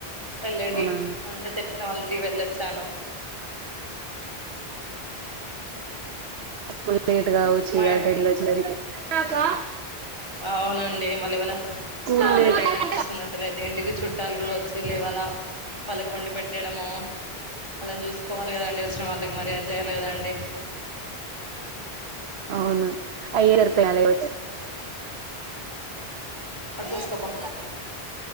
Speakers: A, on the right; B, on the right.
A: వెళ్ళటి
B: అవునా
A: ఉండ తెలుసా వాళ్ళ ఇంటి వెళ్ళొచ్చాను
B: స్ లేట్ గావచ్చు
A: మా
B: అ డెలో జరిగి అకా
A: అవునండి మళ్ళీ వాళ
B: స్కూల్
A: చాలా
B: లేట్
A: టైట్ అనిపిస్తుంది అసలుయితే ఇంటికి చుట్టూ చుట్టాలు కూడా వచ్చే లేవాల వాళ్ళకి వండి పెట్టడము, వాళ్ని చూసుకోవాలి కదా అండి వచ్చిన వాళ్ళకి మరి జయలేదా అండి <inaudible>
B: అవును అయ్యే సరిపోయాలి వచ్చేసరికి
A: పెట్ కొచ్చు పో